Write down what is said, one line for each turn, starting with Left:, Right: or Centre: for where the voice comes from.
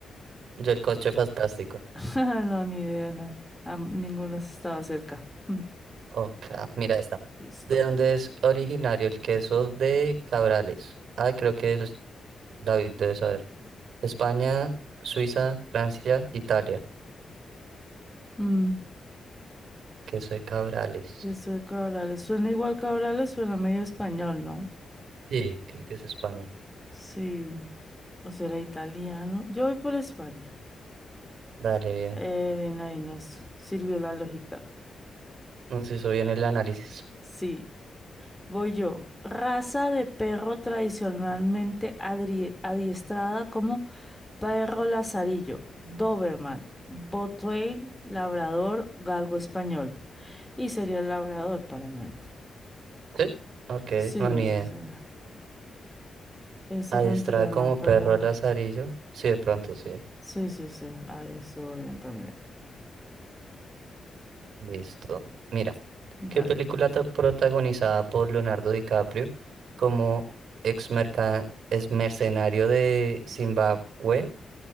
Right: Yo el coche fantástico.
Centre: <laughs> No, ni idea, no. Ah, ninguno estaba cerca. <laughs>
Right: ok ah, mira esta.
Centre: Listo.
Right: ¿De dónde es originario el queso de Cabrales? Ah, creo que eso es David debe saber. España, Suiza, Francia, Italia.
Centre: Mm,
Right: Queso de Cabrales.
Centre: eso de Cabrales. Suena igual Cabrales, suena medio español, ¿no?
Right: Sí, creo que es España.
Centre: Sí. O será italiano. Yo voy por España.
Right: Dale, bien.
Centre: Eh, bien, ahí nos sirvió la lógica.
Right: Nos hizo bien el análisis.
Centre: Sí, voy yo. Raza de perro tradicionalmente adri- adiestrada como Perro Lazarillo, Doberman, Bottweil, Labrador, Galgo Español. Y sería el Labrador para mí.
Right: ¿Sí? Ok,
Centre: Sí,
Right: no,
Centre: ese,
Right: ni idea.
Centre: ese
Right: Adiestrada
Centre: lo entrenan
Right: como
Centre: para...
Right: perro lazarillo. Sí, de pronto, sí.
Centre: Sí, sí, sí, ahí estuvo bien también.
Right: Listo. Mira,
Centre: Dale,
Right: ¿qué película
Centre: pues.
Right: está protagonizada por Leonardo DiCaprio como ex merca- ex mercenario de Zimbabue